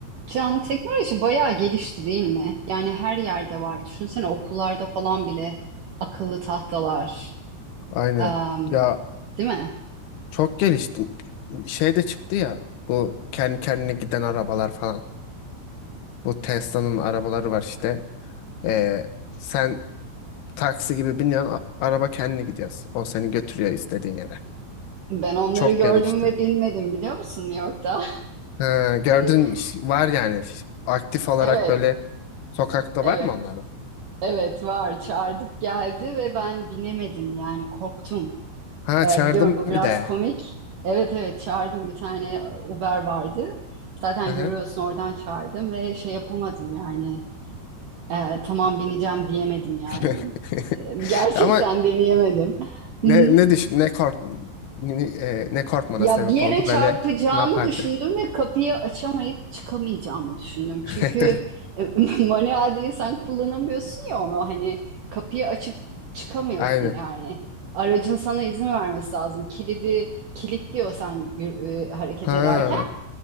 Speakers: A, on the right; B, on the left.
A: Can teknoloji bayağı gelişti değil mi? Yani her yerde var. Düşünsene okullarda falan bile akıllı tahtalar.
B: Aynen.
A: Em,
B: Ya
A: değil mi?
B: çok geliştim. Şey de çıktı ya. Bu kendi kendine giden arabalar falan. Bu Tesla'nın arabaları var işte. Ee, sen taksi gibi biniyorsun. a- Araba kendine gidiyor. O seni götürüyor istediğin yere.
A: Ben onları
B: Çok
A: gördüm
B: gelişti.
A: ve bilmedim biliyor musun New York'ta?
B: Ha, gördün
A: <laughs>
B: ş- var yani. Ş- Aktif olarak
A: Evet,
B: böyle sokakta
A: evet,
B: var mı onların?
A: evet var. Çağırdık geldi ve ben binemedim yani korktum.
B: Ha
A: Ee,
B: çağırdım
A: biliyorum bu
B: bir
A: biraz
B: de.
A: komik. Evet evet çağırdım bir tane e, Uber vardı. Zaten
B: Hı hı.
A: görüyorsun oradan çağırdım ve şey yapamadım yani. Ee, tamam bineceğim diyemedim yani.
B: <laughs>
A: Gerçekten
B: Ama
A: deneyemedim.
B: ne
A: Hı hı.
B: ne düş ne kork ne, ne e, ne korkmana
A: Ya
B: sebep
A: bir yere
B: oldu
A: çarpacağını
B: böyle ne yapardı?
A: düşündüm ve kapıyı açamayıp çıkamayacağımı düşündüm. Çünkü
B: <laughs>
A: e, <laughs> manuel sen kullanamıyorsun ya onu hani kapıyı açıp çıkamıyorsun
B: Aynen.
A: yani. Aracın sana izin vermesi lazım. Kilidi kilitliyor sen yür- e, hareket
B: Ha.
A: ederken.